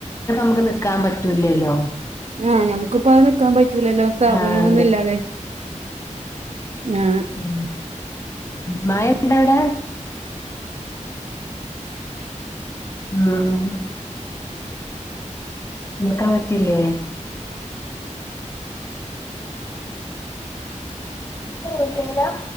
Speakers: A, on the left; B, on the right.
A: ങ്ങ്ക്ക് നിക്കാൻ പറ്റൂല്ലല്ലോ
B: ആഹ് ഞമുക്ക്പ്പ അത് നിക്കാൻ പറ്റൂലല്ലോ സാബൂനൊന്നും
A: ആഹ്
B: ന്ന് ഇല്ലാതെ ആ
A: ഉ മയ ഇണ്ടോ അടെ? ആഹ് നോക്കാൻ പറ്റില്ലേ? പറ്റീല